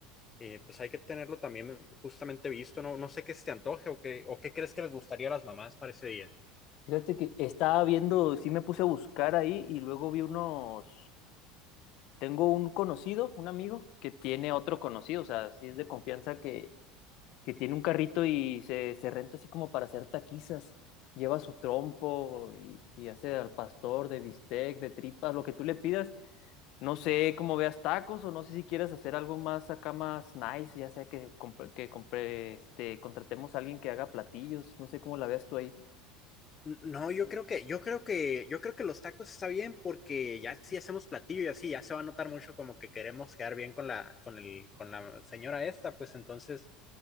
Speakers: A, on the left; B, on the left.
A: eh, pues hay que tenerlo también justamente visto, ¿no? No sé qué se te antoje o qué, o qué crees que les gustaría a las mamás para ese día.
B: Fíjate que estaba viendo, sí me puse a buscar ahí y luego vi unos, tengo un conocido, un amigo, que tiene otro conocido, o sea, sí es de confianza que, que tiene un carrito y se, se renta así como para hacer taquizas. Lleva su trompo y, y hace al pastor de bistec, de tripas, lo que tú le pidas. No sé cómo veas tacos o no sé si quieres hacer algo más acá más nice, ya sea que, comp- que compre, este, contratemos a alguien que haga platillos, no sé cómo la veas tú ahí.
A: No, yo creo que, yo creo que, yo creo que los tacos está bien porque ya si hacemos platillo y así, ya se va a notar mucho como que queremos quedar bien con la, con el, con la señora esta, pues entonces